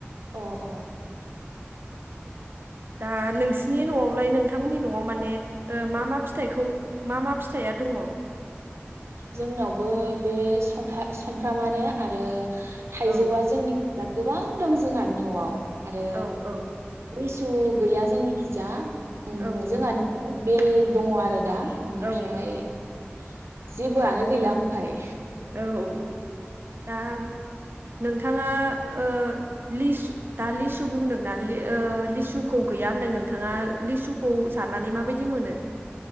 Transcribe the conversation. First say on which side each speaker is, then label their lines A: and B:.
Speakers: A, on the right; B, on the right.
A: अ अ
B: दा नोंसिनि न'आवलाय नोंथांमोननि न'आव माने ओ मा मा फिथाइखौ मा मा फिथाइया दङ?
A: जोंनावबो बे समफा समफ्रामानो आरो थाइजौआ
B: औ
A: जोंनि दा गोबां दं जोंहा न'आव आरो
B: औ औ
A: लिसु गैया जोंनिखिजा उम
B: औ
A: जोंहा बेल दङ आरो दा ओमफ्राय
B: औ
A: <inaudible> जेबोआनो गैला ओमफाय
B: औ दा नोंथाङा ओ लिस दा लिसु बुंदोंना ओ लिसु खौ गैया होनदों नोंथाङा लिसुखौ जानानै माबायदि मोनो?